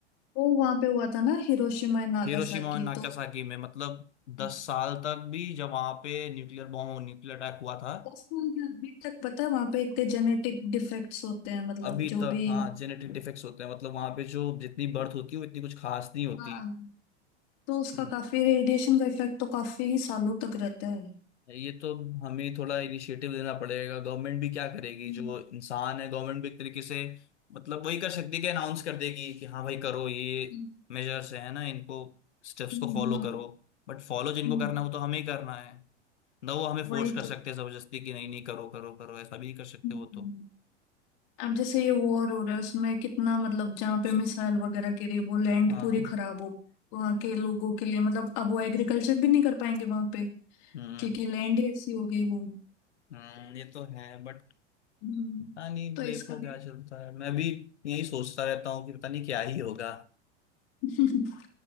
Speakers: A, on the left; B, on the left.
A: वो वहां पे हुआ था ना हिरोशिमा एंड नागासाकी
B: हिरोशिमा और नागासाकी
A: तो
B: में मतलब
A: हम्म।
B: दस साल तक भी जब वहां पे न्यूक्लियर बॉम्ब न्यूक्लियर अटैक हुआ था
A: बस मुझे क्या अभी तक पता है वहां पे इतने जेनेटिक डिफेक्ट्स होते हैं मतलब
B: अभी
A: जो
B: तक
A: भी
B: हाँ
A: वहाँ-
B: जेनेटिक डिफेक्ट्स होते हैं मतलब वहां पे जो जितनी बर्थ होती है वो इतनी कुछ खास नहीं होती
A: हाँ तो उसका
B: हम्म।
A: काफी रेडिएशन का इफेक्ट तो काफी सालों तक रहता है
B: ये तो हमें थोड़ा इनिशिएटिव देना पड़ेगा गवर्नमेंट भी क्या करेगी
A: हम्म
B: जो इंसान है गवर्नमेंट भी एक तरीके से मतलब वही कर सकती है कि अनाउंस कर देगी कि हाँ भाई करो ये
A: हम्म
B: मेजर्स है ना इनको स्टेप्स
A: हम्म,
B: को फॉलो करो बट फॉलो जिनको
A: हम्म,
B: करना है वो तो हमें ही करना है ना वो हमें फोर्स
A: वही
B: कर
A: तो
B: सकते हैं जबरदस्ती कि नहीं नहीं करो करो करो ऐसा भी नहीं कर सकते
A: हम्म।
B: वो तो
A: अब जैसे ये वॉर हो रहा है उसमें कितना मतलब जहाँ पे मिसाइल वगैरह गिरी वो लैंड
B: हाँ
A: पूरी खराब हो वहां के लोगों के लिए मतलब अब वो एग्रीकल्चर भी नहीं कर पाएंगे वहां पे
B: हम्म
A: क्योंकि लैंड ही ऐसी हो गई वो
B: हम्म ये तो है बट
A: हम्म,
B: पता नहीं
A: तो इसका
B: देखो
A: भी
B: क्या चलता है मैं भी यही सोचता रहता हूँ कि पता नहीं क्या ही होगा
A: <laughs>